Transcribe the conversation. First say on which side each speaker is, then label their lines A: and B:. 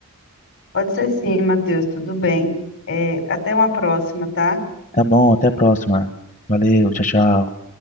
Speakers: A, on the left (about 65°); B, on the left (about 35°).
A: Pode ser sim, Matheus, tudo bem. É, até uma próxima, tá?
B: Tá bom, até a próxima. Valeu, tchau, tchau.